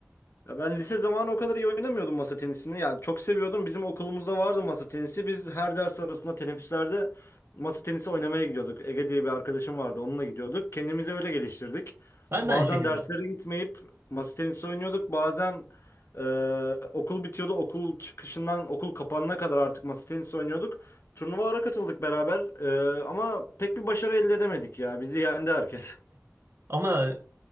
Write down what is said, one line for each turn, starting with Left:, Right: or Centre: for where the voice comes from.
Left: Ya ben lise zamanı o kadar iyi oynamıyordum masa tenisini. Yani çok seviyordum. Bizim okulumuzda vardı masa tenisi. Biz her ders arasında teneffüslerde masa tenisi oynamaya gidiyorduk. Ege diye bir arkadaşım vardı. Onunla gidiyorduk. Kendimizi öyle geliştirdik.
Right: Ben
Left: Bazen
Right: de aynı şekilde.
Left: derslere gitmeyip masa tenisi oynuyorduk. Bazen e, okul bitiyordu. Okul çıkışından okul kapanana kadar artık masa tenisi oynuyorduk. Turnuvalara katıldık beraber. E, ama pek bir başarı elde edemedik ya. Bizi yendi herkes.
Right: Ama